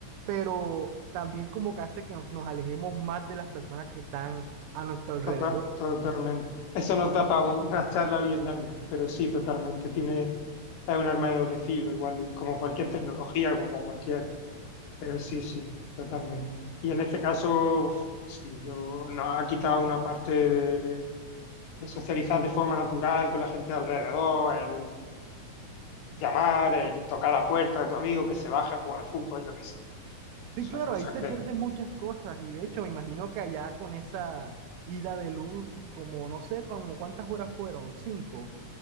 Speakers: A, on the right; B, on the left.
A: pero también como que hace que nos, nos alejemos más de las personas que están a nuestro alrededor.
B: Tota- totalmente. Eso nos da para una <laughs> charla bien larga, pero sí, totalmente. Tiene, es un arma de doble filo, igual como cualquier tecnología, como cualquier, pero sí, sí, totalmente. Y en este caso, sí, yo, nos ha quitado una parte de socializar de forma natural con la gente de alrededor, el llamar, el tocar la puerta de tu amigo, que se baje a jugar al fútbol, yo qué sé.
A: Sí,
B: Esas
A: claro,
B: cosas
A: ahí se
B: que...
A: pierden muchas cosas y de hecho me imagino que allá con esa ida de luz, como no sé, como cuántas horas fueron, cinco.